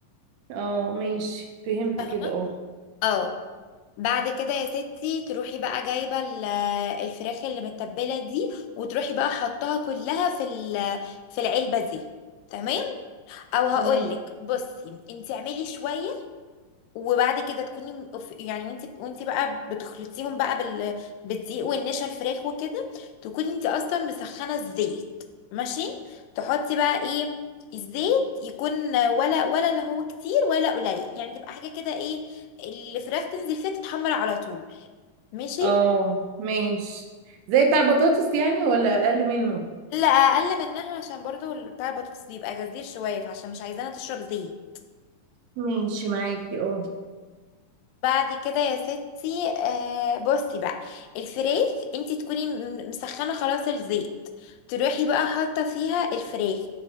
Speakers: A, on the right; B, on the left.
A: اه ماشي فهمت
B: فاهمه
A: كده اه
B: اه بعد كده يا ستي تروحي بقى جايبه ال- الفراخ اللي متبله دي وتروحي بقى حطها كلها في ال- في العلبه دي تمام او هقولك
A: تمام
B: بصي انت اعملي شويه وبعد كده تكوني م- ف- يعني وانت وانت بقى بتخلطيهم بقى بال... بالدقيق والنشا الفراخ وكده تكوني انت اصلا مسخنه الزيت ماشي تحطي بقى ايه الزيت يكون ولا ولا اللي هو كتير ولا قليل يعني تبقى حاجه كده ايه الفراخ تنزل فيها تتحمر على طول ماشي
A: اه ماشي زي بتاع البطاطس يعني ولا أقل منه؟
B: لا اقل منها عشان برضو ال- بتاع البطاطس بيبقى غزير شويه فعشان مش عايزاها تشرب زيت
A: ماشي معاكي اه
B: بعد كده يا ستي آه بصي بقى الفراخ انت تكوني م- مسخنه خلاص الزيت تروحي بقى حاطه فيها الفراخ